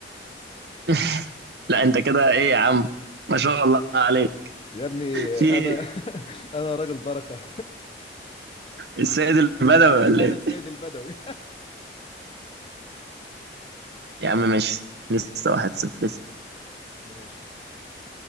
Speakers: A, on the right (about 70°); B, on the left (about 30°).
A: <laughs> لا انت كده ايه يا عم ما شاء الله عليك
B: يا ابني
A: <laughs> في
B: انا
A: إيه؟
B: <laughs> انا راجل بركة
A: السيد البدوي ولا
B: انا
A: ايه
B: السيد البدوي
A: يا عم ماشي لسه واحد صفر لسه
B: <laughs> ماشي